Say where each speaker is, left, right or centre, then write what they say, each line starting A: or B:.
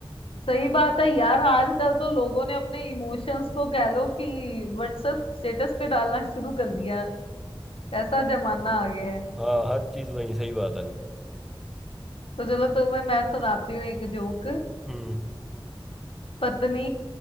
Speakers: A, on the left; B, in the centre.
A: सही बात है यार आजकल तो लोगों ने अपने इमोशंस को कह लो कि व्हाट्सएप स्टेटस पे डालना शुरू कर दिया कैसा जमाना आ गया है
B: हाँ हर चीज वही सही बात है
A: तो चलो तुम्हें मैं सुनाती हूँ एक जोक
B: हम्म
A: पत्नी